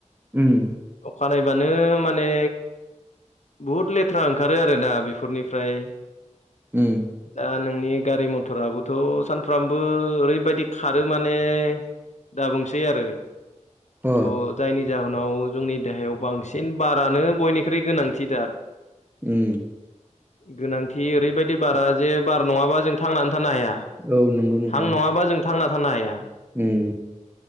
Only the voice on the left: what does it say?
अखा नायबानो माने बुहुद लेथ्रा ओंखारो आरो ना बेफोरनिफ्राय।
दा नोंनि गारि मथराबोथ' सानफ्रामबो ओरैबायदि खारो माने दाबुंसै आरो
थ' जायनि जाहोनाव जोंनि देहायाव बांसिन बारानो बयनिख्रुइ गोनांथिथार।
गोनांथि ओरैबायदि बारा जे बार नङाबा जों थांनानै थानो हाया।
हां नङाबा जों थांना थानो हाया।